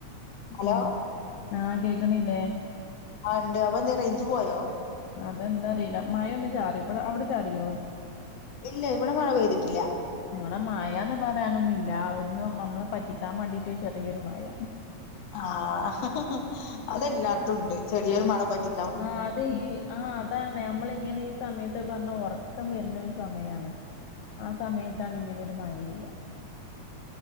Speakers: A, on the left; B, on the left.
A: ഹലോ
B: ആഹ്, ആ ഹ് കേക്കണില്ലേ
A: ആഇണ്ട് അപ്പൊന്തെ റെയ്ഞ്ച്പോയോ
B: അതെന്താഅറീല മഴന്ന് ചാറി ഇബടെ അവടെ ചാറിയോ
A: ഇല്ല ഇവടെ മഴപെയ്തിട്ടില്ല.
B: ഇവടെ മയന്ന് പറയാനൊന്നുല്ല ഒന്ന് അമ്മളെ പറ്റിക്കാൻ വേണ്ടിട്ട് ചെറിയൊരുമയ.
A: ആഹ് അതെല്ലാടത്തും ഇണ്ട് ചെറിയൊരുമഴ പറ്റി
B: ആഹ് അത് ഈ ആഹ് അതാണ് അമ്മള് ഇങ്ങനെ ഈ സമയത്ത് പറഞ്ഞാ ഒറക്കം വെര്നൊര് സമയാണ്. ആ സമയത്താണ് ഇങ്ങനൊരു മഴെയ്യാ